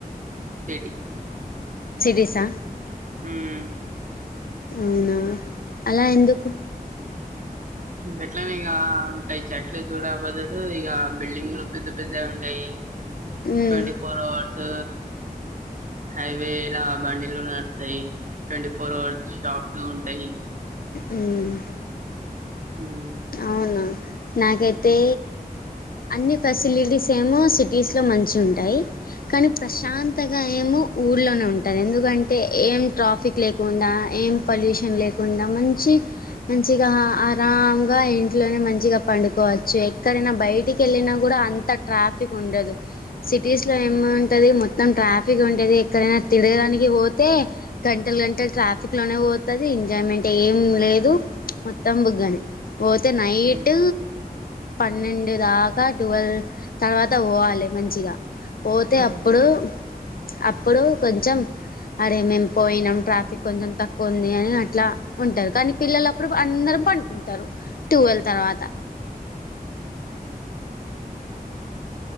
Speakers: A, on the right (about 55°); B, on the left (about 70°).
A: సిటీ
B: సిటీస్ ఆ
A: హుమ్మ్
B: అవునా అలా ఎందుకు
A: గట్లనే ఇగ గై చెట్ల చూడబడదు ఇక బిల్డింగ్లు పెద్ద పెద్దయి ఉంటాయి
B: ఉమ్
A: ట్వంటీఫోర్ అవర్స్ హైవేలా బండిలు నడుత్తయ్ ట్వంటీ ఫోర్ అవర్స్ షాప్లు ఉంటాయి
B: హుమ్మ్
A: హ్మ్
B: అవునా నాకైతే అన్ని ఫెసిలిటీస్ ఏమో సిటీస్ లో మంచిగా ఉంటాయి కానీ ప్రశాంతగా ఏమో ఊర్లోనే ఉంటాది. ఎందుకంటే ఏం ట్రాఫిక్ లేకుండా ఏం పొల్యూషన్ లేకుండా మంచి మంచిగా ఆరాం.. గా ఇంట్లోనే మంచిగా పండుకోవచ్చు. ఎక్కడైనా బయటికి వెళ్ళిన కూడా అంత ట్రాఫిక్ ఉండదు. సిటీస్ లో ఏమి ఉంటది మొత్తం ట్రాఫిక్ ఉంటది ఎక్కడైనా తిరగడానికి పోతే గంట గంటలు ట్రాఫిక్ లోనే పోతాది. ఎంజాయ్మెంట్ ఏం లేదు మొత్తం బుగ్గనే పోతే నైట్
A: హ్మ్
B: పన్నెండు దాకా ట్వీల్వ్ తర్వాత పోవాలే మంచిగా. పోతే
A: హ్మ్
B: అప్పుడు అప్పుడు కొంచెం అరే మేము పోయినాం ట్రాఫిక్ కొంచెం తక్కువ ఉంది అని అట్లా ఉంటాది. కానీ పిల్లలప్పుడు అందరు పడుకుంటారు ట్వీల్వ్ తర్వాత
A: <inaudible>